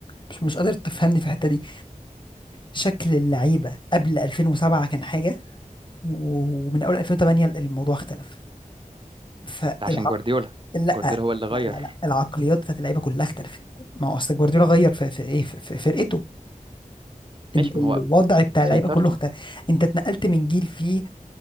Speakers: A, on the left; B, on the right.
A: مش مش قادر تفهمني في الحتة دي شكل اللعيبة قبل 2007 كان حاجة ومن اول 2008 الموضوع اختلف فالعق
B: ده عشان جوارديولا
A: لا
B: جوارديولا هو اللي غير
A: لا لا لا العقليات بتاعت اللعيبة كلها اختلفت ما هو اصل جوارديولا غير في في ايه في, في فرقته ال-
B: ماشي ما
A: الوضع
B: هو
A: بتاع
B: سيطرته
A: اللعيبة كله اختلف انت اتنقلت من جيل فيه